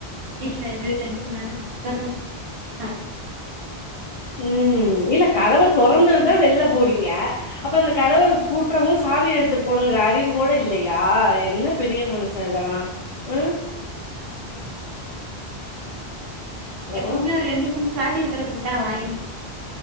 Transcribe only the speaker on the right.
வீட்ல எதா டென்ஷன் ஆனா நம்மளதா ஆ
எப்பவுமே ஒரு ரெண்டு மூணு சாவி இருக்குற பூட்டா வாங்கி